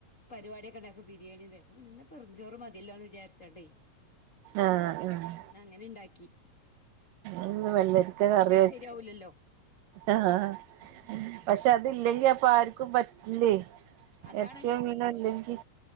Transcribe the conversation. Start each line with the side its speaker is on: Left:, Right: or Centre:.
Left: പരിപാടി ക്കണ്ടേ അപ്പം ബിരിയാണീടെ അപ്പം പിന്നെ ഇന്ന് വെറുംഞ്ചോറ് മതില്ലോ എന്ന് വിചാരിച്ചോണ്ടേ
Right: ആഹ് ആഹ്
Left: ഇന്ന് അങ്ങനെ ഇണ്ടാക്കി
Right: ഇന്ന് വെള്ളരിക്ക കറി വെച്ച്
Left: ശരിയാവൂലല്ലോ
Right: ആഹ് പക്ഷെ അത് ഇല്ലെങ്കി അപ്പൊ ആർക്കും പറ്റില്ലേ
Left: അതാണ്
Right: എറച്ചിയോ മീനോ
Left: ഇപ്പം
Right: ഇല്ലെങ്കി